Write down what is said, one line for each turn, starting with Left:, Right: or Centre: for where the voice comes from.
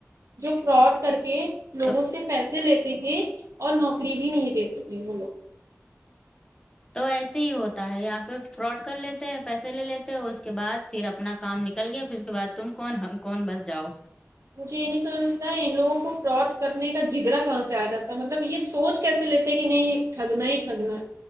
Right: جو فراڈ کر کے لوگوں
Left: تو
Right: سے پیسے لیتے تھے اور نوکری بھی نہیں دیتے تھے وہ لوگ
Left: تو ایسے ہی ہوتا ہے یہاں پہ فراڈ کر لیتے ہیں پیسے لے لیتے ہیں اس کے بعد پھر اپنا کام نکل گیا پھر اس کے بعد تم کون ہم کون بس جاؤ
Right: مجھے یہ نہیں سمجھتا ان لوگوں کو فراڈ کرنے کا جگرا کہاں سے آ جاتا ہے مطلب یہ سوچ کیسے لیتے کہ نہیں ٹھگنا ہی ٹھگنا